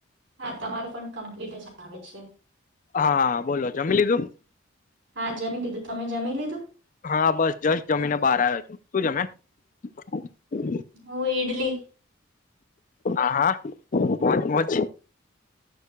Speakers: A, on the right (about 55°); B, on the left (about 40°).
A: હા, તમારું પણ કમ્પ્લીટજ આવે છે.
B: હા, બોલો જમી લીધું?
A: હા, જમી લીધું, તમે જમી લીધું?
B: હા, બસ જસ જમીને બહાર આવ્યો છું, શું જમિયા?
A: હું ઇડલી
B: હા, હા, મોજ મોજ